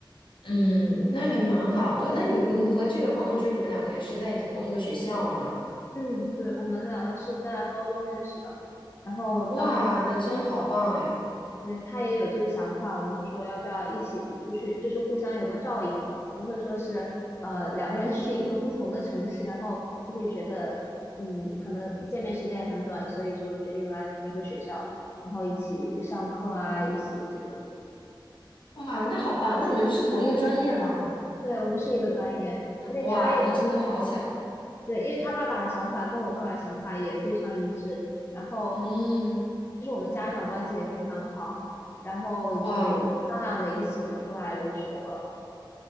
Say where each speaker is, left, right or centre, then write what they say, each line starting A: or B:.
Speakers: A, on the left (about 75°); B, on the left (about 30°).
A: 嗯，那还蛮好的。那你你和这个朋友，就你们两个也是在同一个学校吗？
B: 嗯，对，我们两个是在高中认识的。然后当时他
A: 哇，那真好棒哎！
B: 对，他也有这个想法，我们就说要不要一起出去，就是互相有个照应，不会说是呃两个人去一个不同的城市，然后就会觉得嗯可能见面时间也很短，所以就决定来同一个学校，然后一起上课啊，一起这种。
A: 哇，那好棒，那你们是同一个专业吗？
B: 对，我们是一个专业，因为他也
A: 哇，那真的好巧。
B: 对，因为他爸爸的想法跟我爸爸想法也非常一致，然后
A: 嗯，
B: 就是我们家长关系也非常好，然后就商量着一起出来留学了。
A: 哇。